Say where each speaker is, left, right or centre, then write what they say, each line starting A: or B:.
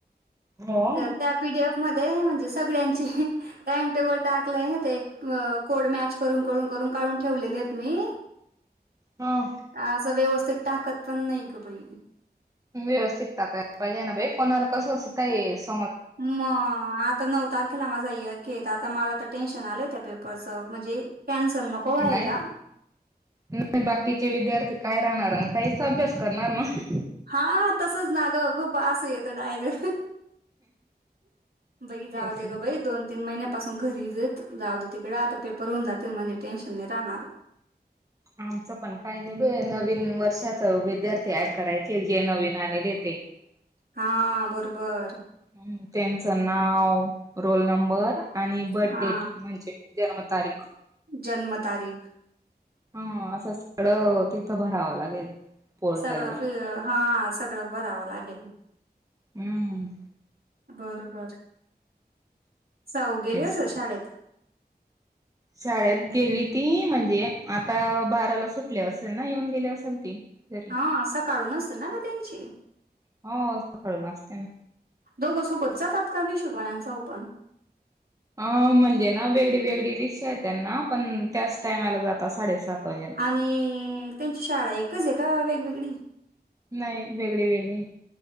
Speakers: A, on the right; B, on the right.
A: हो
B: तर त्या पीडीएफ मध ते म्हणजे सगळ्यांचे टाइमटेबल टाकले होते मग कोड मॅच करून-करून-करून काळून ठेवलेले आहेत मी.
A: हा.
B: आसं व्यवस्थित टाकत पण नाही ग बई.
A: व्यवस्थित टाकाय पाहिजे ना बई कोणाला कसं असं कायेस
B: मग आता नऊ तारखेला माझा यकेत आता मला तर टेन्शन आलंय. त्या पेपरच म्हणजे कॅंसल नको व्हायला.
A: नाही नाही बाकीचे विद्यार्थी काय राहणार आणि काहीच अभ्यास करणार मग.
B: हा तसंच ना ग खूप असं येतं डायरे हं-हं बई
A: तेच
B: जाऊदे
A: ना.
B: ग बई दोन तीन महिन्यापासून घरीेचेत जाऊ दे तिकडं आता पेपर होऊन जातील म्हणजे टेन्शन नाही राहणार.
A: आमचं पण काही नाही बई या नवीन वर्षाच विद्यार्थी ॲड करायचे जे नवीन आलेले ते. <unintelligible>
B: हा बरोबर.
A: हं त्यांचं नाव, रोल नंबर. आणि बर्डेट
B: हा
A: म्हणजे जन्मतारीख.
B: जन्म तारीख.
A: हा असं सळं तिथं भरावं लागेल पोर्टलला.
B: सगळं फि हा सगळं भरावं लागेल
A: हम्म
B: बर बर जाऊ गेले
A: तेच.
B: अस शाळेत
A: शाळेत गेली ती म्हणजे आता बाराला सुटले असेल ना येऊन गेली असेल ती घरी
B: हा असं काढूनच ना ग त्यांची
A: हो सकाळून असते ना.
B: दोघं सोबत जातात का मशोबानांचा ओपन
A: अ म्हणजे ना वेगळी वेगळी रिक्षा आहे त्यांना पण त्याच टायमाला जातात साडेसात वाजेला.
B: आणि त्यांची शाळा एकच आहे का वेगवेगळी
A: नाही वेगळी वेगळी